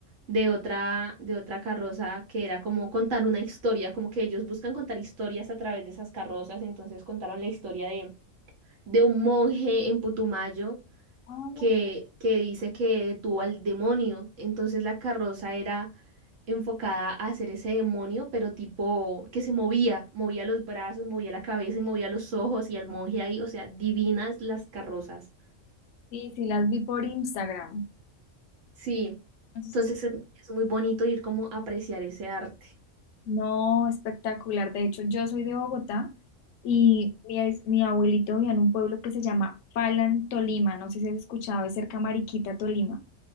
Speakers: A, on the right; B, on the left.
A: de otra, de otra carroza que era como contar una historia, como que ellos buscan contar historias a través de esas carrozas. Entonces contaron la historia de, de un monje en Putumayo
B: Ah,
A: que, que dice que detuvo al demonio. Entonces la carroza era enfocada a hacer ese demonio, pero tipo que se movía, movía los brazos, movía la cabeza y movía los ojos y el monje ahí, o sea, divinas las carrozas.
B: sí, sí, las vi por Instagram.
A: Sí,
B: Entonces
A: entonces es, es muy bonito ir como a apreciar ese arte.
B: No, espectacular. De hecho, yo soy de Bogotá y mi, es- mi abuelito vivía en un pueblo que se llama Falan, Tolima. No sé si has escuchado, es cerca a Mariquita, Tolima.